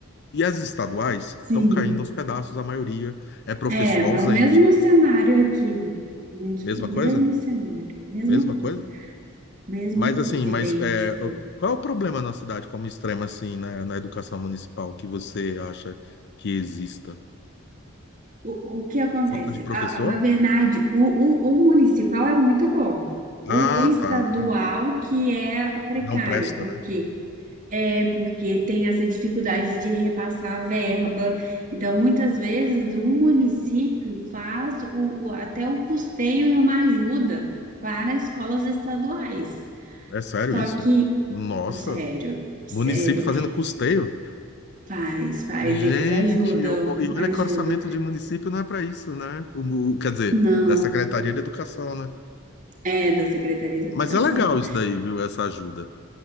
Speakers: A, on the left; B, on the right.
A: E as estaduais
B: sim.
A: estão caindo aos pedaços, a maioria é professor
B: É, é
A: ausente.
B: o mesmo cenário aqui, muito,
A: Mesma
B: mesmo
A: coisa?
B: cenário, mesma
A: Mesma
B: coisa,
A: coisa?
B: mesma
A: Mas assim,
B: coisa,
A: mas
B: idêntico.
A: é, qual é o problema na cidade como extrema assim, na, na educação municipal que você acha que exista?
B: O, o que acontece?
A: Falta de professor?
B: Ah, na verdade, o, o, o municipal é muito bom. O,
A: Ah,
B: o estadual
A: tá.
B: que é precário,
A: Não presta,
B: porque
A: né?
B: É, porque tem essa dificuldade de repassar a verba. Então, muitas vezes, o município faz o, o- até o custeio e uma ajuda para escolas estaduais.
A: É sério
B: Só
A: isso?
B: que,
A: Nossa,
B: sério, sério,
A: município fazendo custeio?
B: faz, faz,
A: Gente,
B: eles ajudam,
A: o- o- e olha
B: ajudam.
A: que o orçamento de município não é para isso, né? O, o- quer dizer,
B: Não,
A: da Secretaria de Educação, né?
B: é da Secretaria de Educação.
A: Mas é legal isso daí, viu? Essa ajuda.